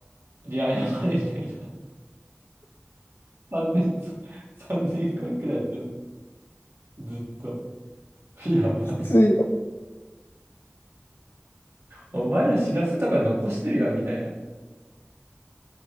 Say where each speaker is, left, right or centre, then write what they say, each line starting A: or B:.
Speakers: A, on the right; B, on the left.
A: に謝れみたいな。3年、3年間くらいやってんの。ずっと。いや、ばい
B: きついよ。
A: お前ら知らせとか残してるよ、みたいな。